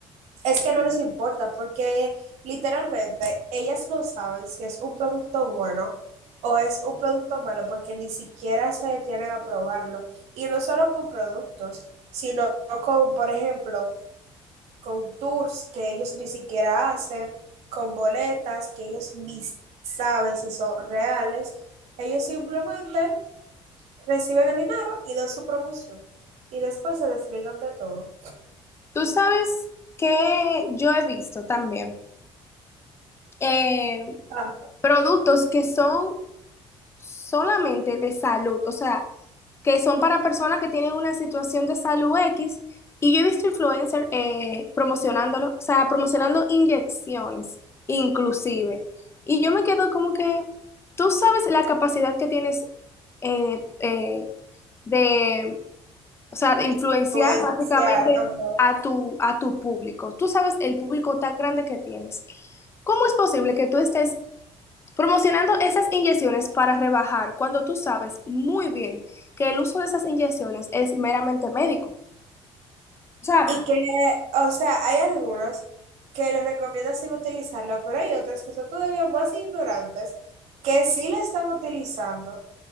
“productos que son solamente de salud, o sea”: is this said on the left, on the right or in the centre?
Left